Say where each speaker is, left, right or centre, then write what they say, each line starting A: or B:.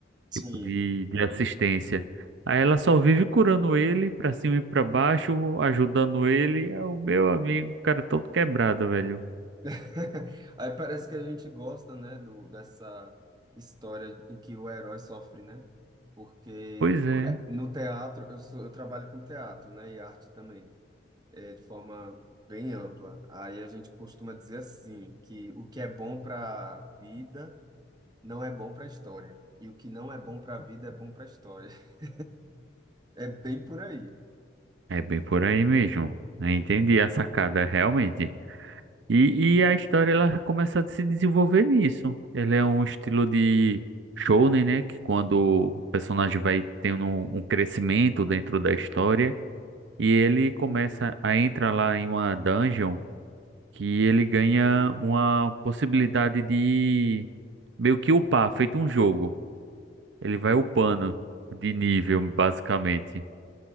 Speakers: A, on the right; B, on the right.
A: Sim.
B: tipo, de, de assistência. Aí ela só vive curando ele pra cima e pra baixo, ajudando ele. É o meu amigo, o cara todo quebrado, velho.
A: <laughs> Aí parece que a gente gosta, né, do, dessa história em que o herói sofre, né? Porque
B: Pois é.
A: no teatro, eu sou, eu trabalho com teatro, né, e arte também, é, de forma bem ampla. Aí a gente costuma dizer assim, que o que é bom para a vida não é bom para a história, e o que não é bom para a vida é bom para a história. <laughs> É bem por aí.
B: É bem por aí mesmo. Eu entendi a sacada, realmente. E,
A: É,
B: e a história ela começa a se desenvolver nisso. Ele é um estilo de shounen, né? Que quando o personagem vai tendo um, um crescimento dentro da história e ele começa a entrar lá em uma dungeon que ele ganha uma possibilidade de meio que upar, feito um jogo. Ele vai upando de nível, basicamente.